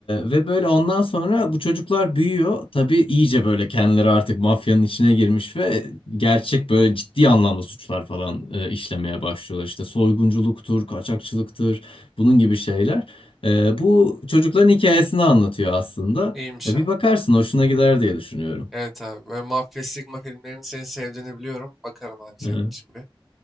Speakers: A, on the left; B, in the centre.
A: ve böyle ondan sonra bu çocuklar büyüyor. Tabii iyice böyle kendileri artık mafyanın içine girmiş ve gerçek böyle ciddi anlamda suçlar falan e, işlemeye başlıyorlar. İşte soygunculuktur, kaçakçılıktır, bunun gibi şeyler. Ee, bu çocukların hikayesini anlatıyor aslında.
B: İyiymiş
A: E,
B: abi.
A: bir bakarsın hoşuna gider diye düşünüyorum.
B: Evet abi. Böyle Mafya, Sigma filmlerini senin sevdiğini biliyorum. Bakarım abi senin
A: Hı hı.
B: için bir.